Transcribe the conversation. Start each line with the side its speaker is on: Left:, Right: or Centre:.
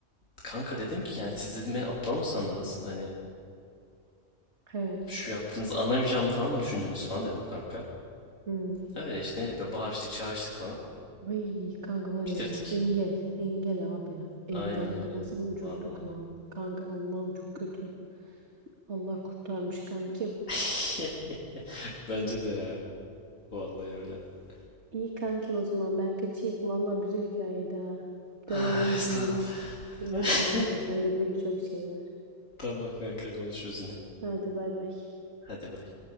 Left: Kanka dedim ki yani siz dedim beni aptal mı sandınız? Hani
Right: He.
Left: şu yaptığınızı anlamayacağımı falan mı düşündünüz falan dedim kanka.
Right: Hmm.
Left: Öyle işte neydi be bağırıştık çağırıştık falan.
Right: Ay kanka var
Left: Bitirdik.
Right: ya engel. Engel abi.
Left: Aynen
Right: Engel.
Left: öyle.
Right: Bu nasıl bir ucuzluk
Left: Valla.
Right: lan? Kanka Allah'ım çok kötü. Allah kurtarmış kankim.
Left: <laughs> Bence de ya. Vallahi öyle. <sighs>
Right: İyi kankim o zaman ben kaçayım. Vallahi güzel hikayeydi ha. Devamını
Left: Ah, sağ
Right: dinle,
Left: ol.
Right: dinlemeyi
Left: <laughs>
Right: istiyorum. Sende böyle çok şey var.
Left: Tamam kanka konuşuruz yine.
Right: Hadi bay bay.
Left: Hadi bay.